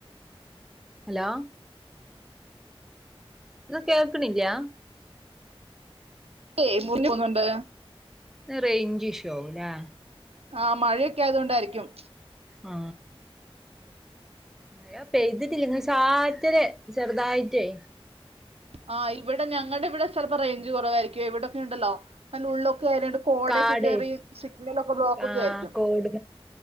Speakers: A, in the centre; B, on the right.
A: ഹലോ ഇത് കേൾക്കണില്ല?
B: ല്ലേ. മുറിഞ്ഞ് പോക്ണ്ട്
A: റേഞ്ച് ഇഷൂ ആവു ല്ലേ?
B: ആ മഴയൊക്കെ ആയതോണ്ടായിരിക്കും.
A: ആ മഴപെയ്തിട്ടില്ല നിസാരത്തിന് ചെറുതായിട്ടേ
B: ആ ഇവിടെ ഞങ്ങളുടെ ഇവിടെ ചിലപ്പോ റേഞ്ച് കുറവായിരിക്കേ. ഇവിടൊക്കെ ഉണ്ടല്ലോ നല്ല ഉള്ളു ക്കെ <unintelligible> കോടയൊക്കെ
A: കാട്
B: കേറി സിഗ്നല് ഒക്കെ ബ്ലോക്ക്
A: ആഹ്
B: ഒക്കെ ആയിരിക്കും
A: കോട്